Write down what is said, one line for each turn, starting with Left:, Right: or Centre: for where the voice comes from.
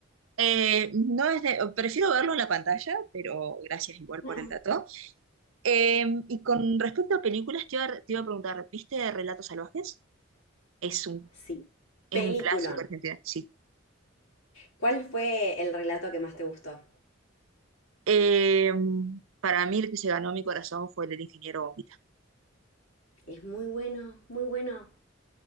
Right: Eh, no es de- prefiero verlo en la pantalla, pero gracias igual
Left: Mm.
Right: por el dato. Eh, y con respecto a películas, te iba, te iba a preguntar, ¿viste Relatos Salvajes? Es un,
Left: Sí.
Right: es
Left: Peliculón.
Right: un clásico argentino, sí.
Left: ¿Cuál fue el relato que más te gustó?
Right: Eh, para mí el que se ganó mi corazón fue el del ingeniero Bombita.
Left: Es muy bueno, muy bueno.